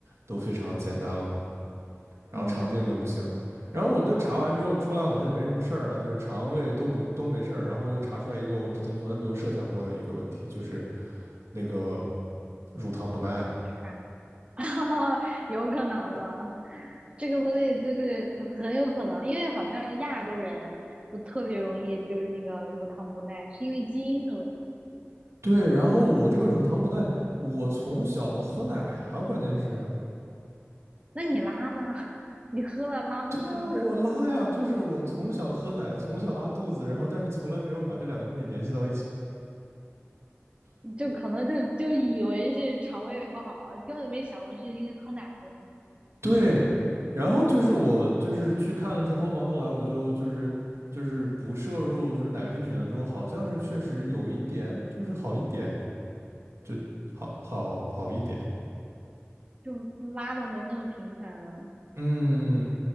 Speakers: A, on the right; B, on the right.
A: 都非常简单了嘛，然后肠镜就不行。
B: 嗯，
A: 然后我都查完之后出来好像也没什么事儿啊，就是肠胃都不都没事儿。然后就查出来一个我之前从来没有设想过的一个问题，就是那个乳糖不耐。
B: 是啊，<laughs> 有可能，这个东西就是很有可能，因为好像亚洲人就特别容易就是那个乳糖不耐，是因为基因的问题。
A: 对，然后我这个乳糖不耐，我从小喝奶呀，关键是，
B: 那你拉呢？<laughs> 你喝了拉肚子吗？
A: 对呀，我拉呀，就是我从小喝奶，从小拉肚子，然后但是从来没有把这两个东西联系到一起。
B: 就可能就就以为是肠胃不好，根本没想过是因为喝奶的，
A: 对，然后就是我就是去看了之后嘛，后来我就就是就是不摄入就是奶制品了之后，好像是确实有一点就是好一点，就好好好一点。
B: 就拉的没那么频繁了。
A: 嗯，